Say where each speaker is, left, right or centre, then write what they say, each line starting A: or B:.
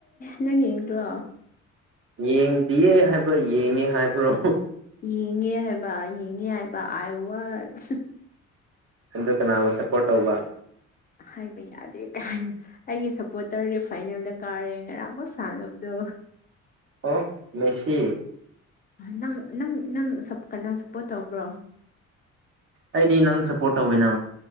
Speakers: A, on the left (about 30°); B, on the right (about 45°).
A: ꯅꯪ ꯌꯦꯡꯗ꯭ꯔꯣ
B: ꯌꯦꯡꯗꯤꯌꯦ ꯍꯥꯏꯕ꯭ꯔꯣ ꯌꯦꯡꯉꯦ ꯍꯥꯏꯕ꯭ꯔꯣ
A: ꯌꯦꯡꯉꯦ ꯍꯥꯏꯕ ꯌꯦꯡꯉꯦ ꯍꯥꯏꯕ ꯑꯥꯏ ꯋꯥꯆ
B: ꯑꯗꯣ ꯀꯅꯥꯕꯨ ꯁꯞꯄꯣꯔꯠ ꯇꯧꯕ
A: ꯍꯥꯏꯕ ꯌꯥꯗꯦ ꯀꯩꯥꯏꯅ ꯑꯩꯒꯤ ꯁꯞꯄꯣꯔꯇꯔꯒꯤ ꯐꯥꯏꯅꯦꯜꯗ ꯀꯥꯔꯦ ꯉꯔꯥꯡꯃꯛ ꯁꯥꯟꯅꯕꯗꯣ
B: ꯑꯣ ꯃꯦꯁꯤ
A: ꯅꯪ ꯅꯪ ꯅꯪ ꯁꯞ ꯀꯅꯥ ꯁꯞꯄꯣꯔꯠ ꯇꯧꯕ꯭ꯔꯣ
B: ꯑꯩꯗꯤ ꯅꯪ ꯁꯞꯄꯣꯔꯠ ꯇꯧꯋꯤꯅ